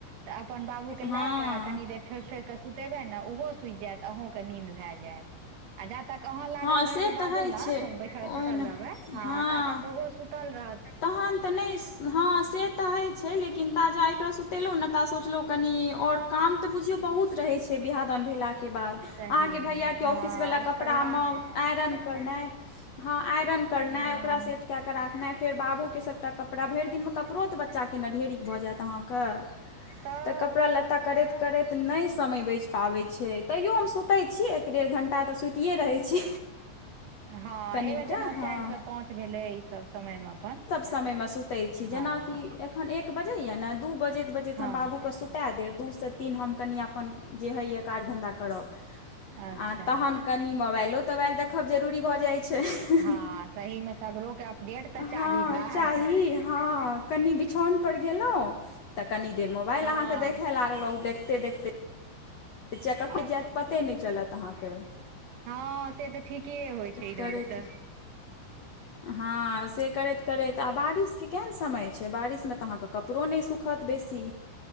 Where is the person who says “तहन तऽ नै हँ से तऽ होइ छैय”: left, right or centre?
Left